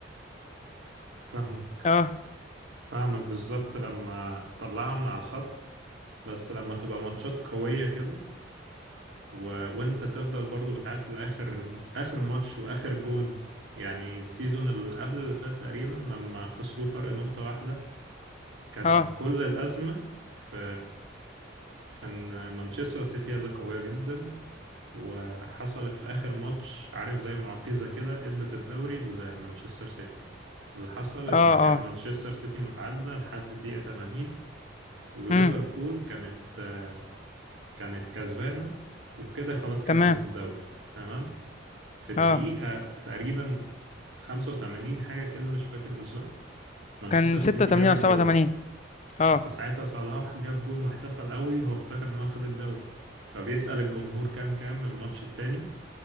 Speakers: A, on the right (about 80°); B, on the left (about 35°).
A: فاهمك
B: اه
A: فاهمك بالظبط لما طلعها من على الخط بس لما تبقى ماتشات قوية كده و... وانت تفضل برضو بتعافر لاخر اخر ماتش واخر جون يعني السيزون اللي قبل اللي فات تقريبا لما خسروا فرق نقطة واحدة كان
B: اه
A: كل الأزمة في في ان مانشستر سيتي اللي قوية جدا وحصلت في آخر ماتش عارف زي معجزة كده ادت الدوري لمانشستر سيتي اللي حصل ان
B: اه
A: كانت
B: اه
A: مانشستر سيتي متعادلة لحد الدقيقة 80 وليفربول
B: امم
A: كانت آه، كانت كسبانة وبكده خلاص كسبت
B: تمام
A: الدوري تمام في الدقيقة
B: اه
A: تقريبا 85 حاجة كده مش فاكر بالظبط مانشستر
B: كان
A: سيتي
B: 86
A: جاب الجون
B: او 87
A: حتى
B: اه
A: ساعتها صلاح جاب جون واحتفل قوي هو افتكر ان هو خد الدوري فبيسأل الجمهور كام كام الماتش التاني